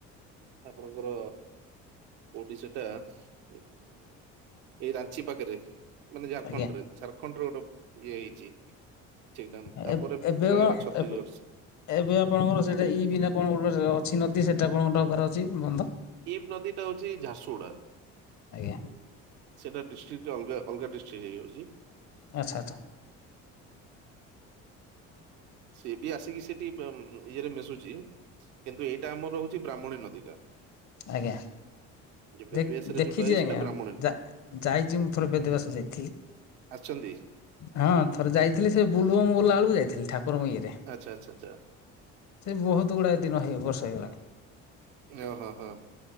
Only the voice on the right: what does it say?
ଆପଣଙ୍କର କୋଉଠି ସେଟା। ଏଇ ରାଞ୍ଚି ପାଖରେ ମାନେ ଝାରଖଣ୍ଡରେ
ଝାରଖଣ୍ଡର ଗୋଟେ ଇଏ ହେଇଚି <unintelligible>
ତାପରେ
ରହିଗଲା
ଛତିଶଗଡ
ଏ ନଦୀ ଟା ହୋଉଚି ଝାରଗୁଡା।
ସେଇଟା ଡିଷ୍ଟ୍ରିକ୍ଟି ଅଲଗା ଅଲଗା ଡିଷ୍ଟ୍ରିକ୍ ହେଇଯାଉଚି।
ସିଏ ବି ଆସିକି ସେଠି ବି ଇଏରେ ମିଶୁଚି। କିନ୍ତୁ ଏଇଟା ଆମର ହୋଉଚି ବ୍ରାହ୍ମଣୀ ନଦୀ ଟା।
ବେଦବ୍ୟାସ
ରେ ଯୋଉଟା ହେଇଛି
ସେଟା ବ୍ରାହ୍ମଣୀ
ଆସିଛନ୍ତି?
ଆଚ୍ଛା ଆଚ୍ଛା ଆଚ୍ଛା
ଓ ହୋ ହୋ।